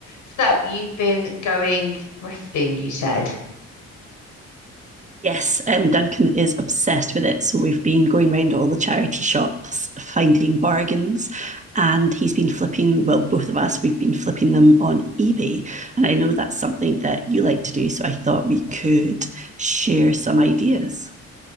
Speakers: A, on the left (about 75°); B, on the right (about 25°).
A: So you've been going thrifting, you said.
B: Yes, um, Duncan is obsessed with it. So we've been going round all the charity shops, finding bargains, and he's been flipping, well, both of us, we've been flipping them on eBay. And I know that's something that you like to do. So I thought we could share some ideas.